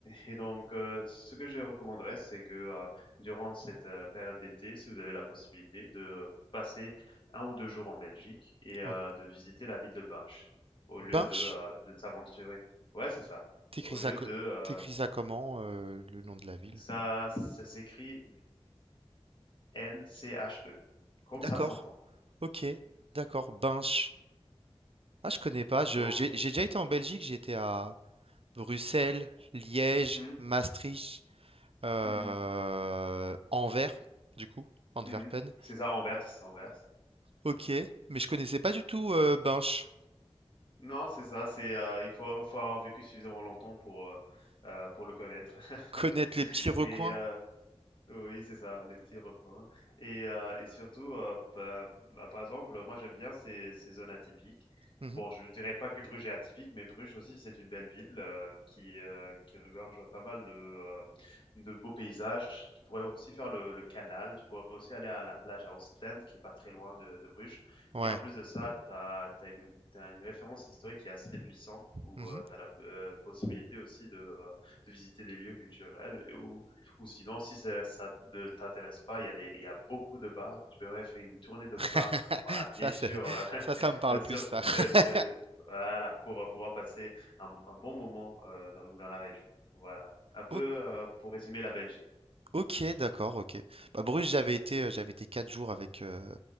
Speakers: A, on the left; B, on the right.
A: et donc, heu, ce que je recommanderais, c'est que, heu, durant cette, heu, période d'été, si vous avez la possibilité de passer un ou 2 jours en Belgique et heu,
B: O-
A: de visiter la ville de Binche au
B: Binche?
A: lieu de, heu, de s'aventurer. Ouais, c'est ça.
B: T'écris
A: Au
B: ça,
A: lieu
B: co-
A: de, heu,
B: t'écris ça comment, euh, le nom de la ville?
A: ça ça s'écrit B-I-N-C-H-E, comme
B: D'accord.
A: ça s'entend.
B: Ok, d'accord. Binche. Ah, je connais pas. Je,
A: Donc
B: j'ai j'ai déjà été en Belgique. J'étais à Bruxelles, Liège,
A: mmh,
B: Maastricht. Euh,
A: mmh mh,
B: Anvers, du coup, Antwerpen.
A: mmh mh. C'est ça, Anvers, Anvers.
B: Ok, mais je connaissais pas du tout euh, Binche.
A: Non, c'est ça, c'est, heu, il faut faut avoir vécu suffisamment longtemps pour, heu heu, pour le connaître
B: Connaître les petits
A: <laughs>
B: recoins.
A: et heu Oui, c'est ça, les petits recoins et heu et surtout, heu, pa bah, par exemple, moi, j'aime bien ces ces zones atypiques.
B: Mhm.
A: Bon, je ne dirais pas que Bruges est atypique, mais Bruges aussi, c'est une belle ville, heu, qui, heu, qui regorge pas mal de, heu, de beaux paysages. Tu pourrais aussi faire le le canal, tu pourrais aussi aller à la plage à Ostende, qui est pas très loin de de Bruges
B: Ouais.
A: et en plus de ça, tu as une tu une référence historique qui est assez puissante où,
B: Mhm.
A: heu, tu as la, heu, possibilité aussi de, heu, de visiter des lieux culturels et où ou sinon, si ça, ça ne t'intéresse pas, il y a des, il y a beaucoup de bars. Tu pourrais faire une tournée de
B: <laughs>
A: bars euh, à pied
B: Ça, c'est,
A: sur, euh, <laughs>
B: ça, ça me parle
A: sur
B: plus, ça. <laughs>
A: ce, ce- voilà, pour euh, pouvoir passer un, un bon moment euh, donc dans la région. Voilà. Un peu
B: O-
A: euh, pour résumer la Belgique.
B: Ok, d'accord, ok. Bah, Bruges, j'avais été, euh, j'avais été quatre jours avec, euh,